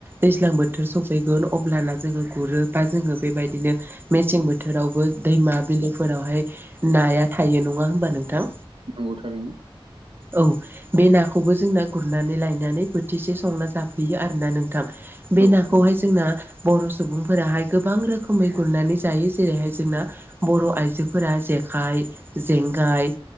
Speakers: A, on the right; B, on the right.
A: दैज्लां बोथोर सफैगोन अब्लाना जोङो गुरो बा जोङो बेबायदिनो मेसें बोथोरावबो दैमा बिलोफोरावहाय नाया थायो नङा होमबा नोंथां?
B: नंगौ थारैनो
A: औ बे नाखौबो जोंना गुरनानै लायनानै बोथिसे संना जाफैयो आरोना नोंथां। बे
B: औ
A: नाखौहाय
B: थारैनो
A: जोंना बर' सुबुंफोराहाय गोबां रोखोमै गुरनानै जायो जेरैहाय जोंना बर' आयजो जोफोरा जेखाइ जेंगाय